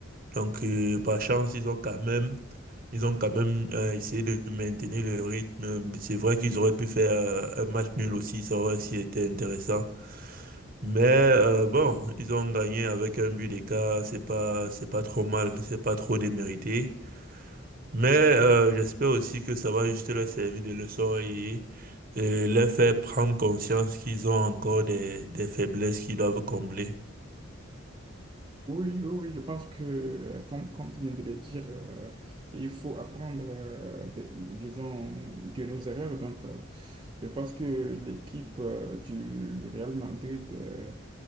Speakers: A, on the right; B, on the right.
A: Donc, euh, par chance, ils ont quand même, ils ont quand même euh, essayé de maintenir le rythme. Mais C'est vrai qu'ils auraient pu faire euh, un match nul aussi, ça aurait aussi été intéressant. Mais euh, bon, ils ont gagné avec un but d'écart, c'est pas, c'est pas trop mal, c'est pas trop démérité. Mais euh, j'espère aussi que ça va juste leur servir de leçon et, et leur faire prendre conscience qu'ils ont encore des, des faiblesses qu'ils doivent combler.
B: oui, oui, oui, je pense que, euh, comme, comme tu viens de le dire, euh, il faut apprendre, euh, de, disons, de nos erreurs. Donc, euh, je pense que l'équipe, euh, du Real Madrid, euh,